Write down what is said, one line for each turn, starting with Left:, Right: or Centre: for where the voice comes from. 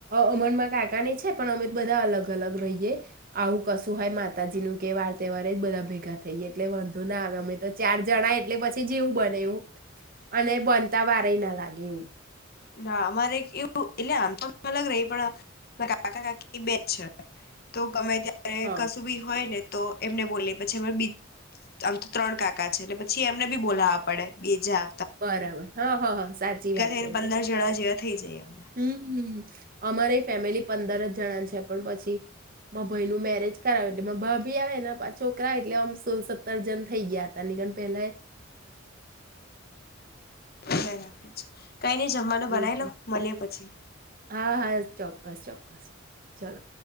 Right: અમર માં કાકાની છે પણ અમે બધા અલગ અલગ રહીએ. આવું કશું હોય માતાજી નું કે, વાર તહેવારે બધા ભેગા થઈએ એટલે વાંધો ના આવે અમે તો ચાર જણાય એટલે પછી જેવું બને એવું અને બનતા વારેય ના લાગે એવું
Left: ના અમારે એવું એટલે આમ તો અલગ રહી પણ કાકા કાકી બે છે તો ગમે ત્યા ત્યારે
Right: હા
Left: કશું બી હોય ને તો એમને બોલ્યે પછી અ આમ તો ત્રણ કાકા છે એટલે પછી એમને બી બોલાવા પડે બીજા
Right: બરાબર હા હ હા સાચી વાત
Left: થઈને
Right: છે.
Left: પંદર જણા જેવા થઈ જઈએ અમે
Right: હમમ અમારે ફેમિલી પંદર જ જણા છે પણ પછી મા ભાઈ નું મેરેજ કરાવે એટલે ભાભી આવેને છોકરા એટલે અમ સોલ સત્તર જણ થઈ ગયા હતા ની કય પેલા યે
Left: હા રાખે છે. કારણકે જમ જમવાનું બનાય
Right: એટલે.
Left: લો મળીએ પછી
Right: હા હા ચોક્કસ ચોક્કસ ચલો.